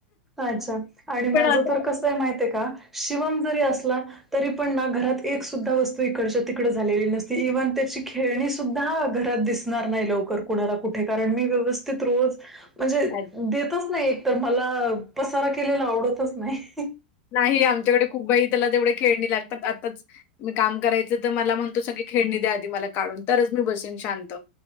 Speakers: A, in the centre; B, on the left.
A: अच्छा आणि माझं
B: पण असं
A: तर कसंय माहित आहे का? शिवम जरी असला ना, तरी पण ना घरात एक सुद्धा वस्तू इकडच्या तिकड झालेली नसती इव्हन त्याची खेळणी सुद्धा घरात दिसते. णार नाही लवकर. कुणाला कुठे, कारण मी व्यवस्थित रोज म्हणजे
B: हां.
A: देतच नाही, एक तर मला - पसारा केलेला आवडतच नाही.
B: नाही आमच्याकडे खूप बाही त्याला तेवढे खेळणी लागतात आताच मी काम करायचं तर मला म्हणतो सगळी खेळणी द्या आधी मला काढून तरच मी बसेन शांत.